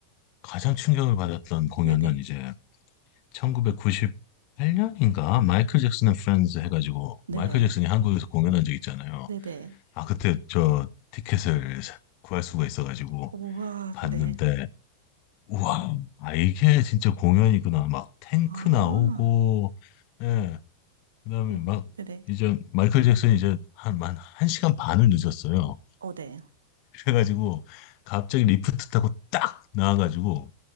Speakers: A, on the left; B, on the right.
A: 가장 충격을 받았던 공연은
B: 네네.
A: 이제 1998년인가 마이클 잭슨 앤 프렌즈 해가지고
B: 네.
A: 마이클 잭슨이 한국에서 공연한 적 있잖아요.
B: 네네.
A: 아 그때 저 티켓을 사- 구할 수가 있어가지고
B: 우와,
A: 봤는데
B: 네.
A: 우와 아 이게 진짜 공연이구나 막 탱크
B: 아,
A: 나오고 예 그다음에
B: 와,
A: 막
B: 네네.
A: 이제 마이클 잭슨이 이제 한만 한 시간 반을 늦었어요.
B: 어, 네.
A: 그래가지고 갑자기 리프트 타고 딱 나와가지고